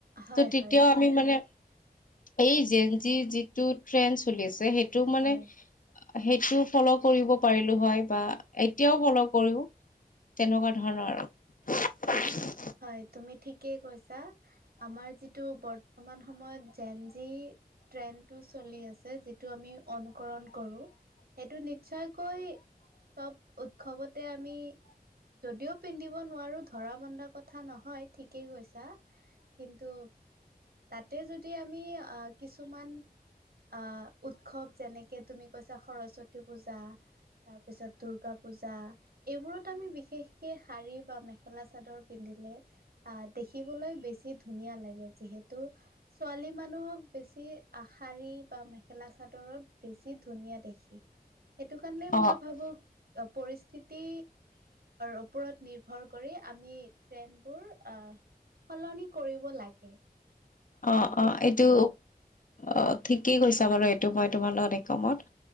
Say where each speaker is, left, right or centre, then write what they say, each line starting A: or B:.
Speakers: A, on the right (about 70°); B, on the left (about 55°).
A: হয়,
B: ত', তেতিয়াও
A: হয়,
B: আমি মানে এই জেন জি যিটো ট্ৰেইন চলিছে সেইটো এইটো মানে
A: হয়
B: সেইটো ফলো কৰিব পাৰিলো হয়, বা এতিয়াও ফলো' কৰো, তেনেকুৱা ধৰণৰ আৰু
A: হয় তুমি ঠিকেই কৈছা, আমাৰ যিটো বৰ্তমান সময়ত জেন জি ট্ৰেণ্ডটো চলি আছে যিটো আমি অনুকৰণ কৰোঁ সেইটো নিশ্চয়কৈ চব উৎসৱতে আমি যদিও পিন্ধিব নোৱাৰো ধৰা বন্ধা কথা নহয় ঠিকেই কৈছা কিন্তু তাতে যদি আমি আহ, কিছুমান আহ উৎসৱ যেনেকে তুমি কৈছা সৰস্বতী পূজা তাৰপিছত দূৰ্গা পূজা এইবোৰত আমি বিশেষকে শাৰী বা মেখেলা চাদৰ পিন্ধিলে আহ দেখিবলৈ বেছি ধুনীয়া লাগে, যিহেতু ছোৱালী মানুহক বেছি আ শাৰী বা মেখেলা চাদৰত বেছি ধুনীয়া দেখি। সেইটো কাৰণে
B: অ
A: মই ভাবো পৰি স্থিতি ওপৰত নিৰ্ভৰ কৰি আমি ট্ৰেইনবোৰ আহ সলনি কৰিব লাগে।
B: অ'
A: বুলি
B: অ'
A: মই
B: এইটো
A: ভাবো।
B: অ' ঠিকেই কৈছা বাৰু এইটো মই তোমাৰ লগত একমত,